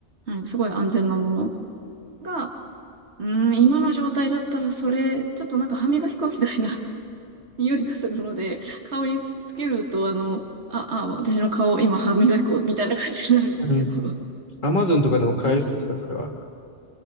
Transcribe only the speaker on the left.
うん。アマゾンとかでも買えるんですか、
それは。あ